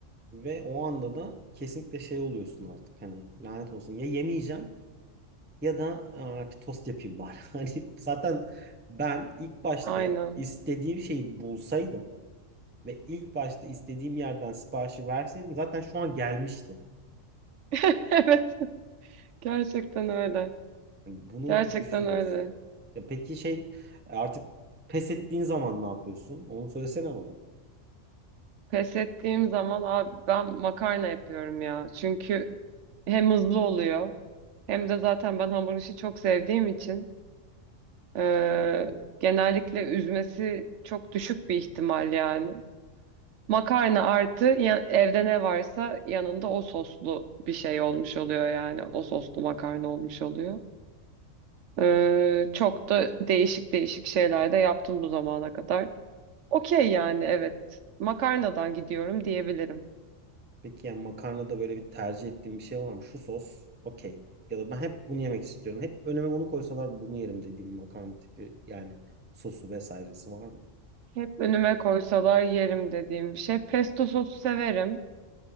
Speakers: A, on the right; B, on the right.
A: Ve o anda da kesinlikle şey oluyorsun artık hani lanet olsun ya yemeyeceğim ya da "Aa, bir tost yapayım bari. <laughs> Hani zaten ben ilk başta
B: Aynen.
A: istediğim şeyi bulsaydım ve ilk başta istediğim yerden siparişi verseydim zaten şu an gelmişti.
B: <laughs> Evet, gerçekten öyle.
A: Yani bunu
B: Gerçekten
A: düşününüz.
B: öyle.
A: Ya peki şey artık pes ettiğin zaman ne yapıyorsun? Onu söylesene bana.
B: Pes ettiğim zaman abi ben makarna yapıyorum ya. Çünkü hem hızlı oluyor hem de zaten ben hamur işi çok sevdiğim için eee, genellikle üzmesi çok düşük bir ihtimal yani. Makarna artı ya- evde ne varsa yanında o soslu bir şey olmuş oluyor yani. O soslu makarna olmuş oluyor. Ee, çok da değişik değişik şeyler de yaptım bu zamana kadar. Okey yani evet. Makarnadan gidiyorum diyebilirim.
A: Peki yani makarnada böyle bir tercih ettiğin bir şey var mı? Şu sos okey. Ya da ben hep bunu yemek istiyorum. Hep önüme onu koysalar bunu yerim dediğim makarna tipi yani sosu vesairesi var mı?
B: Hep önüme koysalar yerim dediğim bir şey. Pesto sosu severim.